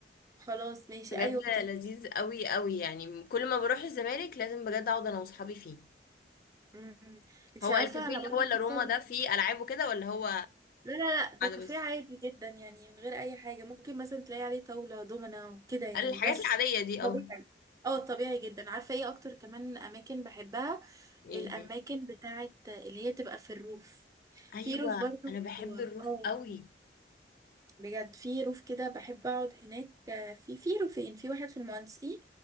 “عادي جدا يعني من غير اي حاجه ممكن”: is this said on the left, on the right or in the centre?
Right